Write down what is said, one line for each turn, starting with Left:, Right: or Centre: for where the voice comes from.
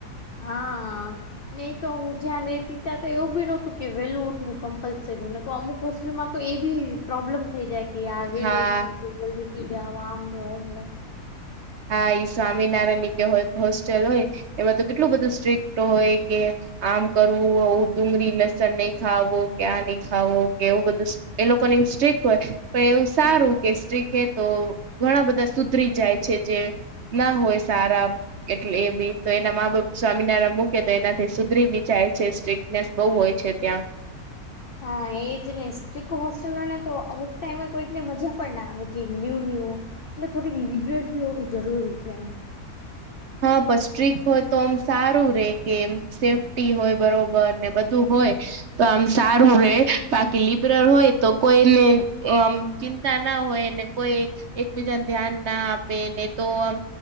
Left: હા. ને ઈ તો હું જ્યાં રહેતી ત્યાં તો એવું બી નહોતું કે વહેલું ઊઠવું કમ્પલસરી. નકર અમુક હોસ્ટેલમાં તો એ બી પ્રોબ્લેમ થઈ જાય કે, યાર વહેલું
Right: હા
Left: ઊઠવું કે જલ્દી સૂઈ જાવ, આમ ને ઓમ ને.
Right: હા, ઈ સ્વામિનારાયણની કે હોય હોસ્ટેલ હોય એમાં તો કેટલું બધું સ્ટ્રિક્ટ હોય કે આમ કરવું, આવું જ ડુંગળી, લસ સણ નહીં ખાવું, કે આ નહીં ખાવું કે એવું બધું, એ લોકો એવું સ્ટ્રિક્ટ હોય. પણ એવું સારું કે સ્ટ્રિક્ટ હે તો ઘણા બધા સુધરી જાય છે, જે ના હોય સારા. એટલે એ બી તો એના મા-બાપ સ્વામિનારાયણ મૂકે તો એનાથી સુધરી બી જાય છે સ્ટ્રિક્ટ નેસ બહુ હોય છે ત્યાં.
Left: હા, એ જ ને. સ્ટ્રિક્ટ હોસ્ટેલવાળાને તો ને તો અમુક ટાઈમે કોઈકને મજા પણ ના આવે જી ન્યૂ-ન્યૂ એટલે થોડીક લિબર્ટી હોવી જરૂરી છે.
Right: હા, પણ સ્ટ્રિક્ટ હોય તો આમ સારું રહે કે એમ સેફ ટી હોય બરાબર, ને બધું હોય તો આમ સારું રહે, બાકી લિબરલ હોય તો કોઈને ચિંતા આમ ના હોય અને કોઈ એકબીજાને ધ્યાન ના આપે ને, તો આમ